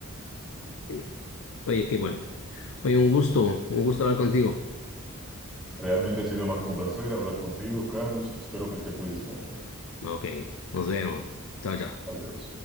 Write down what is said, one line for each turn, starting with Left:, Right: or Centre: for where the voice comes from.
Left: Sí. Oye, qué bueno. Oye, un gusto, un gusto hablar contigo.
Centre: Realmente ha sido más que un placer hablar contigo, Carlos. Espero que te cuides mucho.
Left: Ok, nos vemos. Chao, chao.
Centre: Adiós.